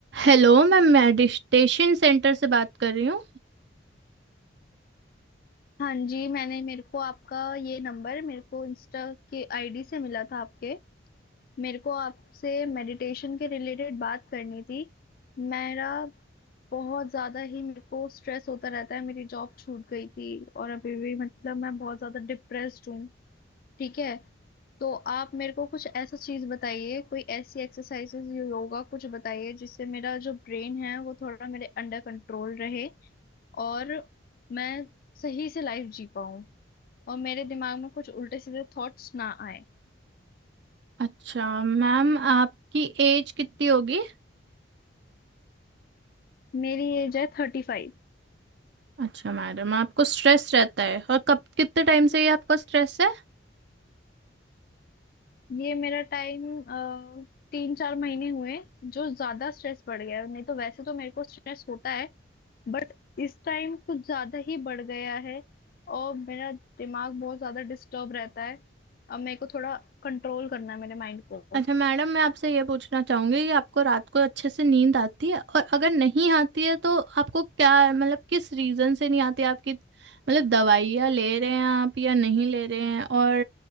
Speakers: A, on the right (about 60°); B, on the left (about 50°).
A: Hello ma'am meditation centre से बात कर रही हूँ
B: हाँ जी मैंने मेरे को आपका ये नंबर मेरे को इंस्टा के आईडी से मिला था आपके मेरे को आपसे मेडिटेशन के रिलेटेड बात करनी थी मेरा बहुत ज़्यादा ही मेरे को स्ट्रेस होता रहता है मेरी जॉब छूट गई थी और अभी भी मतलब मैं बहुत ज़्यादा डिप्रेस्ड हूँ ठीक है तो आप मेरे को कुछ ऐसा चीज़ बताइए कोई ऐसी एक्सरसाइजेज योगा कुछ बताइए जिससे मेरा जो ब्रेन है वो थोड़ा मेरे अंडर कंट्रोल रहे और मैं सही से लाइफ जी पाऊँ और मेरे दिमाग में कुछ उल्टे सीधे थॉट्स ना आए
A: अच्छा मैम आपकी एज कितनी होगी
B: मेरी एज है थर्टी फाइव
A: अच्छा मैडम आपको स्ट्रेस रहता है और कब कितने टाइम से ये आपको स्ट्रेस है
B: ये मेरा टाइम तीन चार महीने हुए जो ज्यादा स्ट्रेस बढ़ गया है नहीं तो वैसे तो मेरे को स्ट्रेस होता है बट इस टाइम कुछ ज्यादा ही बढ़ गया है और मेरा दिमाग बहुत ज्यादा डिस्टर्ब रहता है अब मेरे को थोड़ा कंट्रोल करना है मेरे माइंड को
A: अच्छा मैडम मैं आपसे ये पूछना चाहूंगी कि आपको रात को अच्छे से नींद आती है और अगर नहीं आती है तो आपको क्या मतलब किस रीजन से नहीं आती है? आपकी मतलब दवाइयाँ ले रहे हैं आप या नहीं ले रहे हैं और